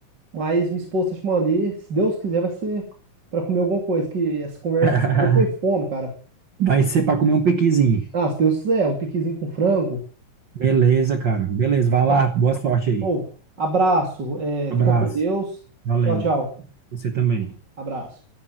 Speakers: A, on the right (about 35°); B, on the right (about 55°).
A: Mas minha esposa chamou ali, se Deus quiser, vai ser pra comer alguma coisa, que essa conversa
B: <laughs>
A: eu foi fome, cara.
B: Vai ser para comer um piquizinho.
A: Ah, se Deus quiser, um piquezinho com frango.
B: Beleza, cara, beleza, vai
A: Só-
B: lá, boa sorte aí.
A: Ô, abraço, é,
B: Abraço,
A: fica com Deus.
B: valeu,
A: Tchau, tchau.
B: você também.
A: Abraço.